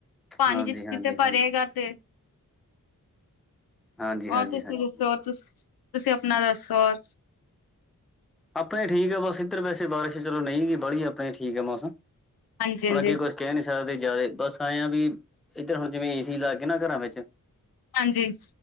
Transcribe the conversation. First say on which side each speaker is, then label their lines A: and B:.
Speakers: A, on the left (about 85°); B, in the centre.
A: ਪਾਨੀ
B: ਹਾਂਜੀ
A: ਜਿੱਥੇ
B: ਹਾਂਜੀ
A: ਜਿੱਥੇ ਭਰੇਗਾ
B: ਹਾਂਜੀ
A: ਤੇ
B: ਹਾਂਜੀ
A: ਹੋਰ
B: ਹਾਂਜੀ
A: ਤੁਸੀਂ
B: ਹਾਂਜੀ
A: ਦੱਸੋ ਤੁ ਤੁਸੀਂ ਆਪਨਾ ਦਸੋ ਹੋਰ
B: ਆਪਨੇ ਠੀਕ ਆ ਬਸ ਇੱਧਰ ਵੈਸੇ ਬਾਰਿਸ਼ ਚਲੋ ਨਹੀਂ ਗ ਬਾਹਲੀ ਆਪਨੇ ਠੀਕ ਆ ਮੌਸਮ
A: ਹਾਂਜੀ ਹਾਂਜੀ
B: ਹੁਨ ਅੱਗੇ ਕੁਛ ਕਹਿ ਨੀ ਸਕਦੇ ਜ਼ਿਆਦਾ ਬਸ ਆਏ ਆ ਵੀ ਇੱਧਰ ਹੁਣ ਜਿਵੇਂ ਏਸੀ ਲੱਗ ਗਏ ਨਾ ਘਰਾਂ ਵਿੱਚ
A: ਹਾਂਜੀ